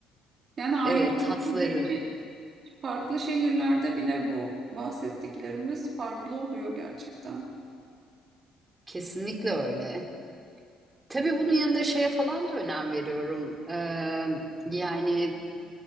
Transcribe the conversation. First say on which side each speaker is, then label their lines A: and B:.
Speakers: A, on the right; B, on the right.
A: Yani aynı
B: e, tatları
A: ülkedeki farklı şehirlerde bile bu bahsettiklerimiz farklı oluyor gerçekten.
B: kesinlikle öyle. Tabii bunun yanında şeye falan da önem veriyorum. Ee, yani